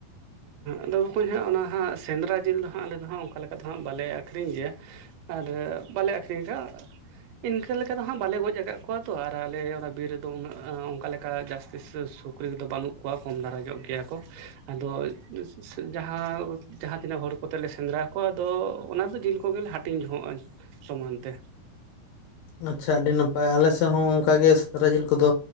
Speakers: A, on the right (about 75°); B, on the left (about 75°).
A: ᱟᱫᱚ ᱵᱚᱠᱚᱧ ᱦᱟᱸᱜ ᱚᱱᱟ ᱦᱟᱸᱜ ᱥᱮᱸᱫᱽᱨᱟ ᱡᱤᱞ ᱫᱚ ᱦᱟᱸᱜ ᱟᱞᱮ ᱫᱚ ᱦᱟᱸᱜ ᱚᱱᱠᱟ ᱞᱮᱠᱟ ᱫᱚ ᱦᱟᱸᱜ ᱵᱟᱞᱮ ᱟᱠᱷᱨᱤᱧ ᱜᱮᱭᱟ ᱟᱨ ᱵᱟᱞᱮ ᱟᱠᱷᱨᱤᱧ ᱟᱠᱟᱫ ᱤᱱᱠᱟᱹ ᱞᱮᱠᱟ ᱫᱚ ᱦᱟᱸᱜ ᱵᱟᱞᱮ ᱜᱚᱡ ᱟᱠᱟᱫ ᱠᱚᱣᱟ ᱛᱚ ᱟᱨ ᱟᱞᱮ ᱚᱱᱟ ᱵᱤᱨ ᱨᱮᱫᱚ ᱩᱱᱟᱹᱜ ᱚᱱᱠᱟ ᱞᱮᱠᱟ ᱡᱟᱹᱥᱛᱤ ᱥᱩᱠ ᱥᱩᱠᱨᱤ ᱠᱚᱫᱚ ᱵᱟᱹᱱᱩᱜ ᱠᱚᱣᱟ ᱠᱚᱢ ᱫᱷᱟᱨᱟ ᱧᱚᱜ ᱜᱮᱭᱟ ᱠᱚ ᱟᱫᱚ ᱡᱟᱦᱟᱸ ᱡᱟᱦᱟᱸ ᱛᱤᱱᱟᱹᱜ ᱦᱚᱲ ᱠᱚᱛᱮ ᱞᱮ ᱥᱮᱸᱫᱽᱨᱟ ᱠᱚᱣᱟ ᱟᱫᱚ ᱚᱱᱟ ᱫᱚ ᱡᱤᱞ ᱠᱚᱜᱮᱞᱮ ᱦᱟᱹᱴᱤᱧ ᱡᱚᱦᱚᱜᱼᱟ ᱥᱚᱢᱟᱱ ᱛᱮ
B: ᱟᱪᱪᱷᱟ ᱟᱹᱰᱤ ᱱᱟᱯᱟᱭ ᱟᱞᱮ ᱥᱮᱫ ᱦᱚᱸ ᱚᱱᱠᱟᱜ ᱜᱮ ᱥᱮᱸᱫᱽᱨᱟ ᱡᱤᱞ ᱠᱚᱫᱚ